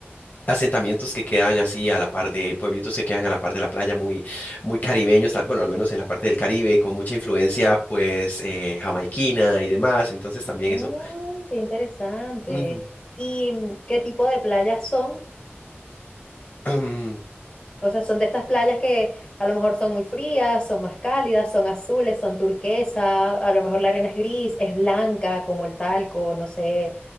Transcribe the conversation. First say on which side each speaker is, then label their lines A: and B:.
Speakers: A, on the left; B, on the left.
A: asentamientos que quedan así a la par de pueblitos que quedan a la par de la playa, muy, muy caribeños, al- bueno, al menos en la parte del Caribe, con mucha influencia pues eh, jamaiquina y demás, entonces también
B: Mm,
A: eso.
B: qué interesante.
A: Ujú.
B: ¿Y mm, qué tipo de playas son?
A: Am,
B: O sea, son de estas playas que a lo mejor son muy frías, son más cálidas, son azules, son turquesa, a lo mejor la arena es gris, es blanca como el talco, no sé,